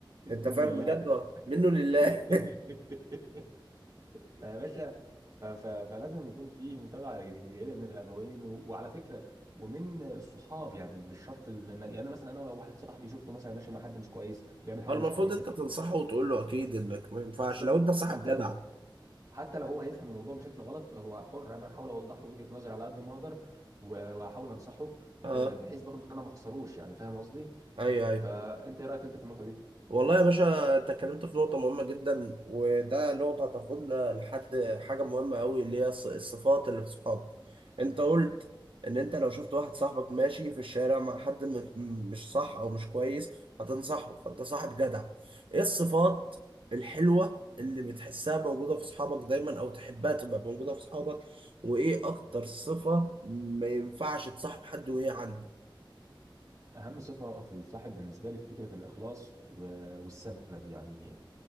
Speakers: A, on the right; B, on the right.
A: انت
B: منه
A: فاهم
B: لله
A: بجد ولا؟ منه لله
B: <laughs> فيا باشا ف- ف- فلازم يكون في متابعه جيده من الابوين و- وعلى فكره ومن الصحاب يعني مش شرط ال- إن- يعني مثلا انا لو واحد صاحبي شفته مثلا ماشي مع حد مش كويس
A: <laughs>
B: بيعمل حاجه
A: المفروض
B: مش كويسه
A: انت تنصحه وتقول له اكيد انك ما ينفعش
B: بالظبط
A: لو انت صاحب
B: حتى
A: جدع
B: لو حتى لو هو هيفهم الموضوع بشكل غلط هو حر انا هحاول اوضح له وجهه نظري على قد ما اقدر و- وهحاول انصحه
A: اه
B: آه، بحيث برضو ان انا ما اخسروش يعني فاهم قصدي
A: ايوه ايوه
B: فانت ايه رايك انت في النقطه دي
A: والله يا باشا انت اتكلمت في نقطة مهمة جدا وده نقطة هتاخدنا لحد حاجة مهمة أوي اللي هي الص- الصفات اللي في الصحاب انت قلت ان انت لو شفت واحد صاحبك ماشي في الشارع مع حد م- م- مش صح او مش كويس هتنصحه فانت صاحب جدع ايه الصفات الحلوة اللي بتحسها موجودة في صحابك دايما او تحبها تبقى موجودة في صحابك وايه اكتر صفة ما ينفعش تصاحب حد وهي عنده
B: اهم صفه في الصاحب بالنسبه لي فكره الاخلاص و- والسند يعني